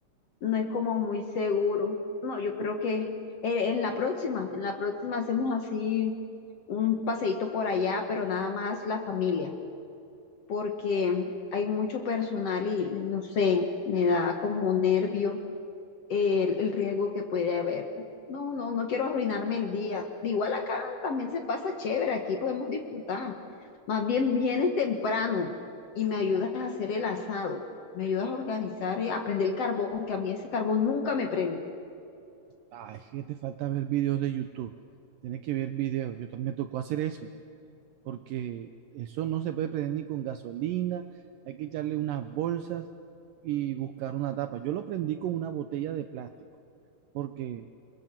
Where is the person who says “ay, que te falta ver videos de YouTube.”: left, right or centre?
Right